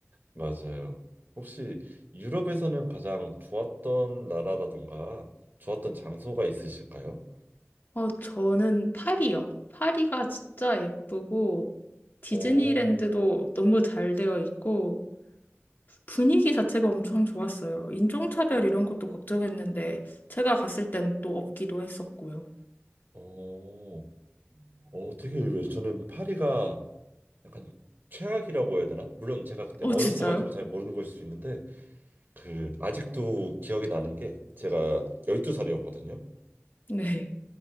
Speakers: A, on the right; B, on the left.
A: 맞아요. 혹시 유럽에서는 가장 좋았던 나라라던가 좋았던 장소가 있으실까요?
B: 어, 저는 파리요. 파리가 진짜 예쁘고, 디즈니랜드도
A: 오,
B: 너무 잘 되어 있고, 분위기 자체가 엄청 좋았어요. 인종차별 이런 것도 걱정했는데, 제가 갔을 땐 또 없기도 했었고요.
A: 어, 어, 되게 의외예요. 저는 파리가 약간 최악이라고 해야 되나? 물론 제가 그때
B: 어,
A: 어렸어가지고
B: 진짜요? <laughs>
A: 잘 모르는 걸 수도 있는데 그 아직도 기억이 나는 게 제가 12살이었거든요.
B: 네.